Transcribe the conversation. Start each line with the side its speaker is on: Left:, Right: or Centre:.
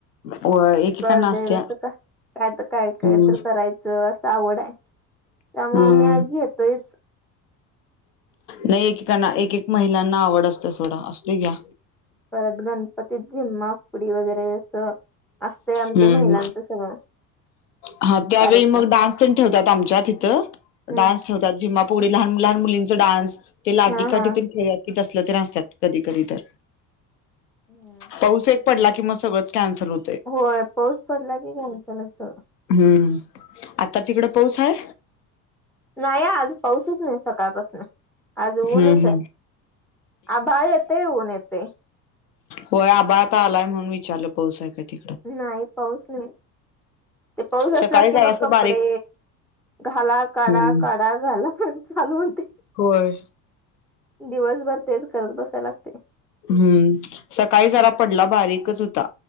Left: व एकेकांना
Centre: स्पर्धेतसं
Left: असत्या
Centre: काय काय काय
Left: हम्म
Centre: तर करायचं असं आवड आहे. त्यामुळे
Left: हम्म
Centre: मी आ घेतोयच.
Left: नाही एकेकाना एक एक महिलांना आवड असते सोडा असू दे घ्या.
Centre: परत गणपतीत झिम्मा फुगडी वगैरे असं असतय आमचं
Left: हम्म
Centre: महिलांचं सगळं.
Left: हा त्यावेळी
Centre: कार्यक्रम
Left: मग डान्स ठेवतात आमच्या तिथं
Centre: हम्म
Left: डान्स ठेवतात झिम्मा फु फुगडी लहान लहान मुलींचा डान्स ते लाटी
Centre: हा
Left: काठी
Centre: हा
Left: तेन खेळतात. तसलं तरी असतात, कधी, कधी तर
Centre: हम्म
Left: पाऊस, एक पडला की म सगळच कॅन्सल हो
Centre: व्हय, पाऊस पडला की, घ्यान पण असं
Left: हम्म, आता तिकडं पाऊस आहे?
Centre: नाही आज, पाऊसच नाही सकाळपासन आज ऊनच
Left: हम्म
Centre: आहे,
Left: हम्म
Centre: आभाळ येतय, ऊन येतय
Left: व्हय, आबा आता आलाय, म्हणून विचारलं, पाऊस का ती
Centre: नाही पाऊस नाही ते पाऊस असला
Left: सकाळी
Centre: की,
Left: जरासं
Centre: मग कपडे
Left: बारीक
Centre: घाला, काढा,
Left: हम्म
Centre: काढ काय झालं? फोन चालू होउ दे
Left: व्हय
Centre: दिवसभर तेच करत बसायला लागते.
Left: हम्म, सकाळी जरा पडला, बारीकच होता,